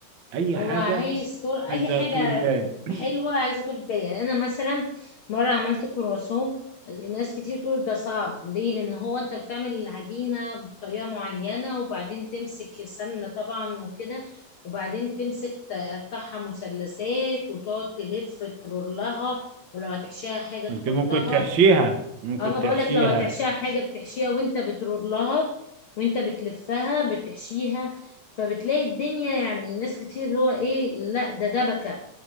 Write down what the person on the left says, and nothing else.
هو
عايز طول اي
حاجه
حلوه عايزه طول بال يعني انا مثلا مره عملت كرواسون ناس كتير تقول ده صعب ليه لان هو انت بتعمل العجينه بطريقه معينه وبعدين تمسك السمنه طبعا وكده وبعدين تمسك تقطعها مثلثات وتقعد تلف ترولها ولو هتحشيها حاجه تحطها
انا
بقول لك لو هتحشيها حاجه بتحشيها وانت بترول لها وانت بتلفها بتحشيها فبتلاقي الدنيا يعني ناس كتير اللي هو ايه لا ده دبكه